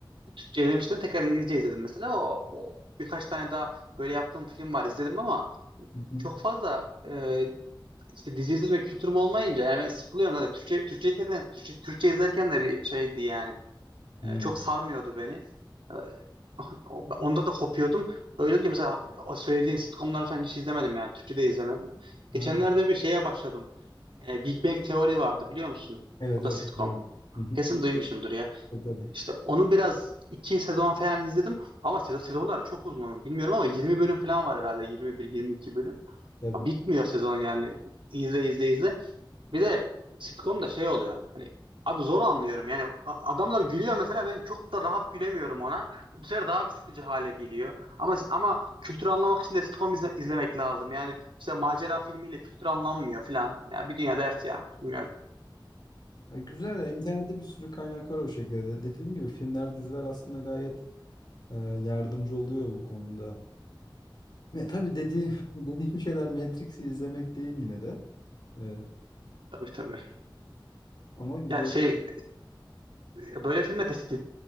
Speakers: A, on the right (about 85°); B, on the left (about 60°).
A: Türkçe izlemiştim tekrar İngilizce izledim mesela. O, o birkaç tane daha böyle yaptığım film var izledim ama
B: Hı hı.
A: çok fazla e, işte dizi izleme kültürüm olmayınca yani ben sıkılıyorum zaten. Türkçe, Türkçe, izlerken, Türkçe, Türkçe izlerken de bir şeydi yani.
B: Hmm.
A: E, çok sarmıyordu beni. E, <laughs> o- onda da kopuyordum. Öyle olunca mesela o söylediğin sitcomları falan hiç izlemedim yani. Türkçe de izlemedim. Geçenlerde
B: Ha,
A: bir şeye başladım. E, Big Bang Theory vardı biliyor musun?
B: evet
A: O
B: evet.
A: da sitcom.
B: biliyorum. Hı hı.
A: Kesin duymuşsundur ya.
B: Tabii tabii.
A: İşte onu biraz iki sezon falan izledim ama sezon, sezonlar çok uzun bilmiyorum ama 20 bölüm falan var herhalde 21-22 bölüm.
B: Tabii.
A: Ha, bitmiyor sezon yani izle izle izle. Bir de sitcom'da şey oluyor hani abi zor anlıyorum yani a- adamlar gülüyor mesela ben çok da rahat gülemiyorum ona. Bu sefer daha bir sıkıcı hale geliyor ama ama kültürü anlamak için de sitcom izle- izlemek lazım yani işte macera filmiyle kültür anlanmıyor falan ya bir dünya dert ya bilmiyorum
B: Ya güzel ya, internette bir sürü kaynak var o şekilde. de. Dediğim gibi filmler, diziler aslında gayet e, yardımcı oluyor bu konuda. Me, tabii dedi, <laughs> dediğim şeyler Matrix'i izlemek değil yine de. E,
A: tabii tabii.
B: ama güzel
A: Ya
B: oldu.
A: şey böyle filmde de işte